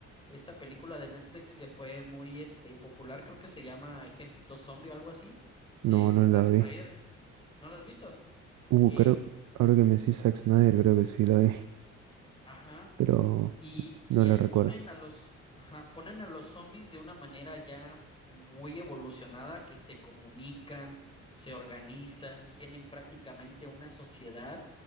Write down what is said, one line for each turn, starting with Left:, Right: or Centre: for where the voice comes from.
Left: esta película de Netflix que fue muy este, popular, creo que se llama Ejército Zombie o algo así,
Right: no,
Left: de
Right: no
Left: Zack
Right: la vi.
Left: Snyder. ¿No la has visto?
Right: Uh,
Left: Eh,
Right: creo, ahora que me decís Zack Snyder, creo que sí la vi,
Left: ajá.
Right: <laughs> pero
Left: Y, y
Right: no la
Left: ahí
Right: recuerdo.
Left: ponen a los, ajá, ponen a los zombies de una manera ya muy evolucionada, que se comunican, se organizan, tienen prácticamente una sociedad